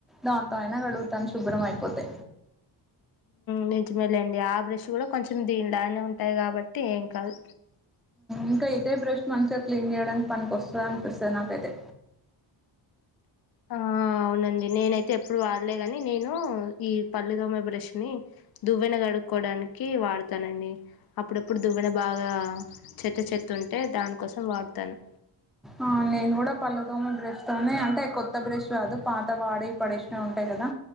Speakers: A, in the centre; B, on the left.
A: దాంతోయనా కడ తాను శుభ్ర అయిపోతే
B: నించమ వెళ్ళండి ఆ బ్రష్ కూడా కొంచెం దీనిలానే ఉంటాయి కాబట్టి ఏం కాదు
A: ఇంకా ఇదే బ్రష్ట్ మనుషా క్లీన్ చేయడానికి పనికిస్తుంద అనిపిస్తుంది నాకైతే
B: ఆ అవునండి నేనైతే ఎప్పుడు వాడలేగాని నేను ఈ పల్లెదోమ బ్రష్ ని దువ్వెన గడుక్కోవడానికి వాడతానండి అప్పుడప్పుడు దువ్వెన బాగా చెత్త చెత్తు ఉంటే దానికోసం వాడతాను
A: ఆ నేను కూడా పళ్ళుదోమ బ్రష్ తోనే అంటే కొత్త బ్రెష్ కాదు పాత వాడి పడేసినవి ఉంటాయి కదా